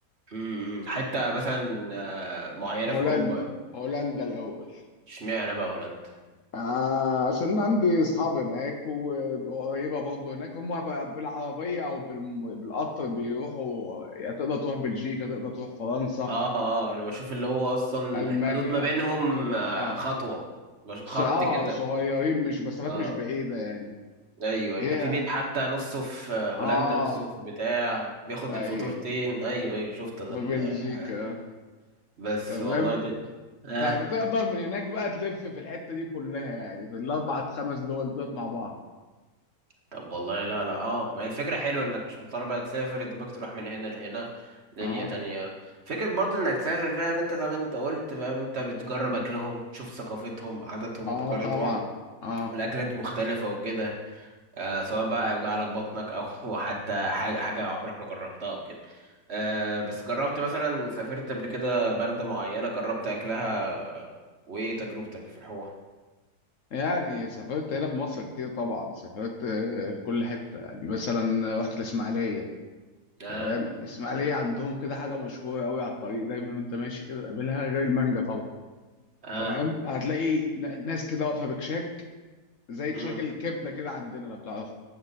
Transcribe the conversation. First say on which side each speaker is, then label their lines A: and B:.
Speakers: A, on the right (about 45°); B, on the left (about 60°).
A: امم حته مثلا آه، معينه
B: هولندا
A: في اوروبا
B: هولندا الاول
A: اشمعنى بقى هولندا
B: آه عشان عندي اصحاب هناك و- وقريبه برضه هناك هم ب- بالعربيه او بالم- بالقطر بيروحوا يعني تقدر تروح بلجيكا تقدر تروح فرنسا
A: اه اه انا بشوف اللي هو اصلا
B: المانيا
A: الحدود ما بينهم
B: كده
A: آه،
B: اه
A: خطوة بش- خط
B: س- اه
A: كده
B: صغيرين مش مسافات
A: اه
B: مش بعيده يعني
A: ايوه أيوة.
B: هي
A: ده في بيت حتى نصه في آه، هولندا
B: اه
A: نصه في بتاع بياخد
B: اي
A: الفاتورتين ايوه ايوه شفت انا
B: في
A: ال...
B: بلجيكا
A: <laughs> آه.
B: آه.
A: بس
B: تمام
A: والله دي... اه
B: فبتقدر من هناك بقى تلف في الحتة دي كلها يعني في الأربع خمس دول دول مع بعض
A: طب والله لا لا اه ما هي الفكرة حلوة انك مش مضطر بقى تسافر يا دوبك تروح من هنا لهنا دنيا
B: اه
A: تانية فكرة برضه انك تسافر فاهم انت زي ما انت قلت فاهم انت بتجرب اكلهم تشوف ثقافتهم عاداتهم
B: اه
A: تقاليدهم
B: طبعا اه
A: والاكلات مختلفة وكده آه، سواء بقى يوجع لك بطنك او <laughs> حتى حاجه حاجة عمرك ما جربتها او كده آه، بس جربت مثلا سافرت قبل كده بلدة معينة جربت اكلها آه، وايه تجربتك في الحوار
B: يعني سافرت هنا في مصر كتير طبعا سافرت آه، في كل حتة يعني مثلا رحت الإسماعيلية
A: اه
B: تمام الإسماعيلية عندهم كده حاجة مشهورة قوي على الطريق دايما وأنت ماشي كده تقابلها غير المانجا طبعا
A: اه
B: تمام هتلاقي ن- ناس كده واقفة بكشاك زي كشاك
A: امم
B: الكبدة كده عندنا لو تعرفه